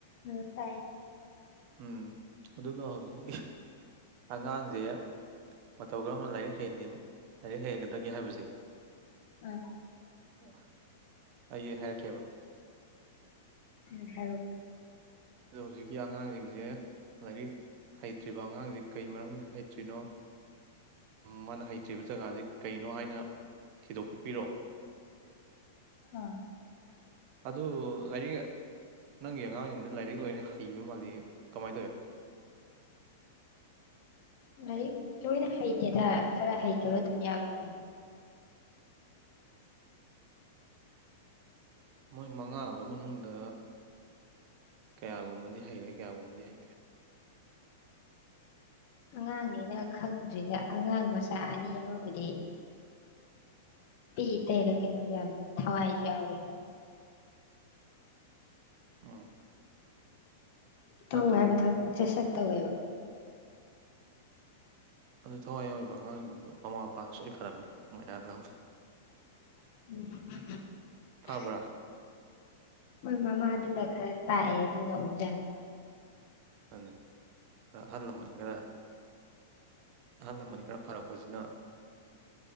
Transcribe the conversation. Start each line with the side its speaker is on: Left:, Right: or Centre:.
Left: ꯎꯝ ꯇꯥꯏ
Right: ꯎꯝ ꯑꯗꯨꯒ ꯍꯧꯖꯤꯛꯀꯤ ꯑꯉꯥꯡꯁꯦ ꯃꯇꯧ ꯀꯔꯝꯅ ꯂꯥꯏꯔꯤꯛ ꯍꯩꯟꯅꯤ ꯂꯥꯏꯔꯤꯛ ꯍꯩꯍꯟꯒꯗꯒꯦ ꯍꯥꯏꯕꯁꯦ
Left: ꯑꯥ
Right: ꯑꯥ ꯑꯩ ꯍꯥꯏꯔꯛꯀꯦꯕ
Left: ꯎ ꯍꯔꯣ
Right: ꯑꯣ ꯍꯧꯖꯤꯛꯀꯤ ꯑꯉꯥꯡꯁꯤꯡꯁꯦ ꯂꯥꯏꯔꯤꯛ ꯍꯩꯇ꯭ꯔꯤꯕ ꯑꯉꯥꯡꯁꯤ ꯀꯩ ꯃꯔꯝꯒꯤ ꯍꯩꯇ꯭ꯔꯤꯅꯣ ꯃꯥꯅ ꯍꯩꯇ꯭ꯔꯤꯕ ꯖꯒꯥꯁꯤ ꯀꯩꯅꯣ ꯍꯥꯏꯅ ꯊꯤꯗꯣꯛꯄꯤꯔꯣ
Left: ꯑꯥ
Right: ꯑꯗꯨ ꯂꯥꯏꯔꯤꯛ ꯅꯪꯒꯤ ꯑꯉꯥꯡꯁꯤꯡꯅ ꯂꯥꯏꯔꯤꯛ ꯂꯣꯏꯅ ꯍꯩꯕ ꯃꯥꯜꯂꯤ ꯀꯃꯥꯏꯅ ꯇꯧꯔꯤꯅꫭ
Left: ꯂꯥꯏꯔꯤꯛ ꯂꯣꯏꯅ ꯍꯩꯇꯦꯗ ꯈꯔ ꯍꯩꯇꯕ ꯑꯗꯨꯝ ꯌꯥꯎꯋꯤ
Right: ꯃꯣꯏ ꯃꯉꯥꯈꯩ ꯃꯅꯨꯡꯗ ꯀꯌꯥꯒꯨꯝꯕꯗꯤ ꯍꯩꯔꯦ ꯀꯌꯥꯒꯨꯝꯕꯗꯤ ꯍꯩꯇꯦ
Left: ꯑꯉꯥꯡꯅꯤꯅ ꯈꯪꯗꯗ꯭ꯔꯤꯗ ꯑꯉꯥꯡ ꯃꯆꯥ ꯑꯅꯤ ꯑꯃꯕꯨꯗꯤ ꯇꯤ ꯇꯩꯔ ꯀꯩꯅꯣ ꯌꯥꯝ ꯊꯋꯥꯏꯁꯨ ꯌꯥꯎꯏꯤ
Right: ꯎꯝ
Left: ꯇꯧ
Right: ꯑꯗꯨ
Left: ꯍꯥꯏꯕ ꯊꯕꯛꯁꯦ ꯁꯠ ꯇꯧꯋꯦꯕ
Right: ꯑꯗꯨ ꯊꯋꯥꯏ ꯌꯥꯎꯕ ꯑꯉꯥꯡꯁꯤꯡ ꯑꯣ ꯃꯃꯥ ꯃꯄꯥꯗꯨ ꯁꯣꯏ ꯐꯔꯝꯅꯤ ꯃꯣꯌꯥꯂꯝꯐ
Left: <unintelligible>
Right: ꯐꯕ꯭ꯔꯥ
Left: ꯃꯣꯏ ꯃꯃꯥꯗꯨꯅ ꯈꯔ ꯇꯥꯛꯑꯦ ꯑꯗꯨꯅ ꯑꯣꯏꯖꯥꯠ
Right: ꯑꯗꯨꯅꯤ ꯈꯔ ꯑꯍꯜ ꯂꯃꯟ ꯈꯔ ꯑꯍꯜ ꯂꯃꯟ ꯈꯔ ꯐꯔꯛꯄꯁꯤꯅ